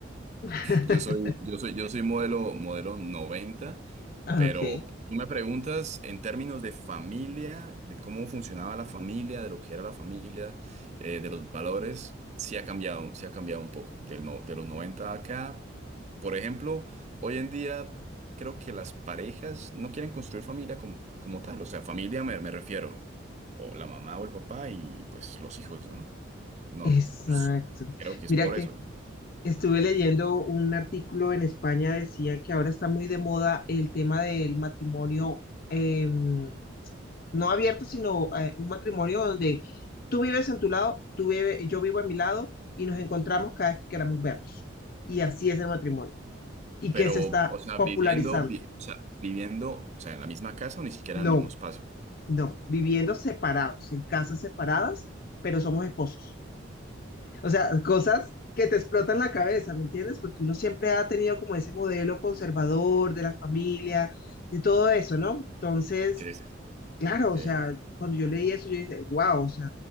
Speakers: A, on the left; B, on the right.
A: <laughs>
B: Yo soy, yo soy, yo soy modelo, modelo noventa
A: Ah,
B: pero
A: Ok,
B: tú me preguntas en términos de familia, de cómo funcionaba la familia, de lo que era la familia, eh, de los valores, sí ha cambiado, sí ha cambiado un poco. Del no- de los 90 acá, por ejemplo, hoy en día creo que las parejas no quieren construir familia como, como tal, o sea, familia me, me refiero, o la mamá o el papá y pues los hijos, ¿no? No,
A: exacto.
B: pues, creo que
A: Mira
B: es por
A: que
B: eso.
A: estuve leyendo un artículo en España, decía que ahora está muy de moda el tema del matrimonio. em, no abierto, sino eh, un matrimonio donde tú vives en tu lado, tú vive- yo vivo a mi lado y nos encontramos cada vez que queramos vernos. Y así es el matrimonio. ¿Y
B: Pero,
A: qué se está
B: o sea,
A: popularizando?
B: viviendo, vi- o sea, viviendo, o sea, en la misma casa o ni siquiera
A: No,
B: en el mismo espacio.
A: no, viviendo separados, en casas separadas, pero somos esposos. O sea, cosas que te explotan la cabeza, ¿me entiendes? Porque uno siempre ha tenido como ese modelo conservador de la familia, de todo eso, ¿no? Entonces...
B: Sí, sí.
A: Claro,
B: sí.
A: o sea, cuando yo leí eso, yo dije, wow, o sea,